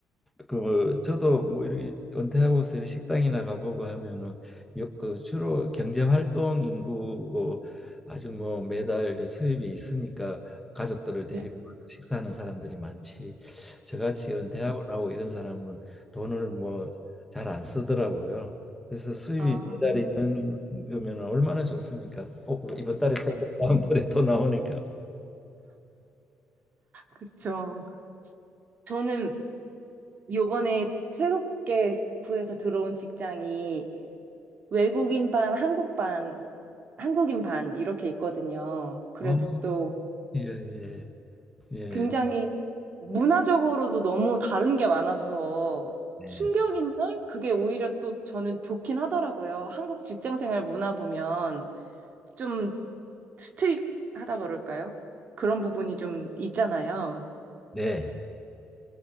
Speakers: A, in the centre; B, on the right (about 40°).
A: 그 저도 뭐 이렇게 은퇴하고서 이렇게 식당이나 가보고 하면은 여- 그 주로 경제 활동 인구고 아주 뭐 매달 이렇게 수입이 있으니까 가족들을 데리고
B: 네.
A: 와서 식사하는 사람들이 많지. 저같이 은퇴하고 나고 이런 사람은 돈을 뭐 잘 안 쓰더라고요. 그래서 수입이
B: 아,
A: 매달 있는
B: 네.
A: 거면 얼마나 좋습니까? 어, 이번 달에 써고 다음 달에 또 나오니까.
B: 그쵸. 저는 요번에 새롭게 구해서 들어온 직장이 외국인 반, 한국 반, 한국인 반 이렇게 있거든요. 그래도
A: 아,
B: 또
A: 예, 예, 예,
B: 굉장히 문화적으로도 너무 다른 게 많아서
A: 예.
B: 충격인데 그게 오히려 또 저는 좋긴 하더라고요. 한국 직장생활 문화 보면 좀 스트릭하다 그럴까요? 그런 부분이 좀 있잖아요.
A: 네.